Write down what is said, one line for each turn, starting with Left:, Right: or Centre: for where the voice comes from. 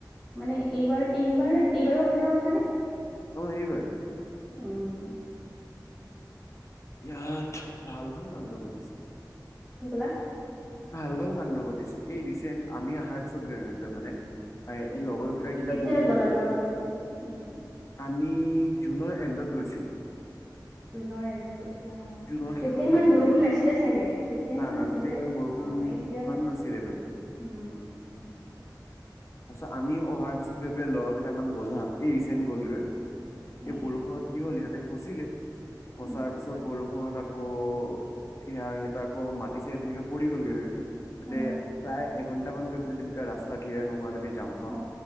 Centre: মানে এইবাৰ এইবাৰ এইবাৰৰ কথাই কৈছানে?
Left: অ এইবাৰ
Centre: অঁ
Left: ইয়াত ভাল ভাল কাণ্ড ঘটিছে।
Centre: কি ক'লা?
Left: ভাল ভাল কাণ্ড ঘটিছে। এই ৰিচণ্ট আমি অহাৰ পিছত গ মানে,
Centre: উম হয়
Left: এই লগৰ
Centre: হয়
Left: কেইটাক যেতিয়া
Centre: কেতিয়া
Left: ক'লো
Centre: গ'লা
Left: মিলিলো
Centre: তোমালোকে? উম
Left: আমি জুনৰ এণ্ডত গৈছিলোঁ।
Centre: জুনৰ এণ্ডত গৈছিলা অ,
Left: জুনৰ শেষত
Centre: তেতিয়া সিমান
Left: গ'লো গৈ
Centre: বৰষুণ
Left: পেলাই
Centre: নাছিলে চাগে?
Left: না
Centre: ইমান
Left: না
Centre: নাছিলে
Left: তেতিয়া ইমান বৰষুণ
Centre: অ এতিয়া
Left: ইমান নাছিলেটো।
Centre: উম উম
Left: তাৰপিছত আমি অহাৰ পিছত গৈ পেলাই লগৰ কেইটামান গ'ল হা এই ৰিচেণ্ট গ'লগৈ,
Centre: উম
Left: এই বৰষুণত কি হ'ল সিহঁতে ফচিলে, ফচাৰ
Centre: উম
Left: পিছত বৰষুণ সিহঁত আকৌ, সিহঁততে আকৌ মাতি চাই তেনেকে পৰি গ'লগৈ স পেলাই তাতে
Centre: উম
Left: প্ৰায় এঘন্ট মান গৈ পেলাই তেনেকুৱা ৰাস্তা ক্লিয়াৰ নোহোৱালৈকে যাম
Centre: অ